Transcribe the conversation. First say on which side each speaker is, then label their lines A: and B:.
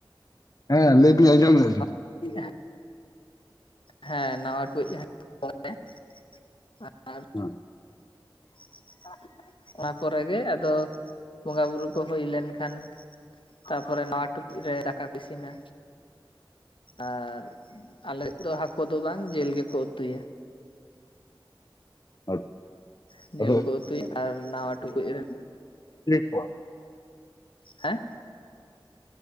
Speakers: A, on the left; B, on the left.
A: ᱟ ᱦᱮᱸ ᱞᱟᱹᱭ ᱵᱤᱱ ᱟᱡᱚᱢ ᱫᱟᱞᱤᱝ᱾
B: <unintelligible> ᱦᱮᱸ ᱱᱟᱣᱟ <unintelligible> ᱟᱨ
A: ᱦᱚᱸ
B: <unintelligible> ᱚᱱᱟ ᱯᱚᱨᱮ ᱜᱮ ᱟᱫᱚ ᱵᱳᱸᱜᱟ ᱵᱩᱨᱩ ᱠᱚ ᱦᱩᱭ ᱞᱮᱱᱠᱷᱟᱱ᱾ ᱛᱟᱯᱚᱨᱮ ᱱᱚᱣᱟ ᱴᱩᱠᱩ ᱨᱮ ᱫᱟᱠᱟ ᱠᱚ ᱤᱥᱤᱱᱟ᱾ ᱟᱨ ᱟᱞᱮ ᱫᱚ ᱦᱟᱹᱠᱩ ᱫᱚ ᱵᱟᱝ ᱡᱤᱞ ᱜᱮᱠᱚ ᱩᱛᱩᱭᱟ᱾
A: <unintelligible>
B: ᱡᱤᱞ
A: ᱠᱮᱫ
B: ᱠᱚ ᱩᱛᱩᱭᱟ ᱟᱨ ᱱᱟᱣᱟ ᱴᱩᱠᱩᱡ ᱨᱮ
A: ᱠᱚᱣᱟ
B: ᱦᱮᱸ